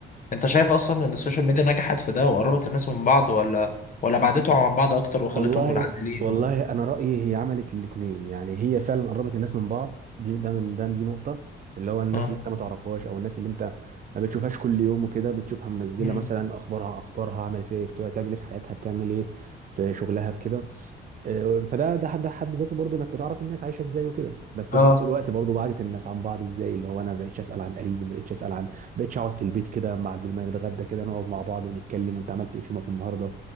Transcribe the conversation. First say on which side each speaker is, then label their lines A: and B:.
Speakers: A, on the left; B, on the right.
A: انت شايف اصلا ان السوشيال ميديا نجحت في ده وقربت الناس من بعض ولا ولا بعدتهم عن بعض اكتر وخلتهم
B: والله
A: منعزلين
B: والله
A: و...
B: انا رايي هي عملت الاثنين يعني هي فعلا قربت الناس من بعض دي ده من ده دي نقطه اللي هو الناس
A: اه
B: اللي انت ما تعرفهاش او الناس اللي انت ما بتشوفهاش كل يوم وكده بتشوفها منزله
A: مم.
B: مثلا اخبارها اخبارها عملت ايه بت- بتعمل ايه في حياتها بتعمل ايه في شغلها في كده آه، فده ده حد ده حد ذاته برضه انك بتعرف الناس عايشه ازاي وكده بس
A: اه
B: في نفس الوقت برضه بعدت الناس عن بعض ازاي اللي هو انا ما بقتش اسال عن قريبي ما بقتش اسال عن ما بقتش اقعد في البيت كده مع ما نتغدى كده نقعد مع بعض ونتكلم وانت عملت ايه في يومك النهارده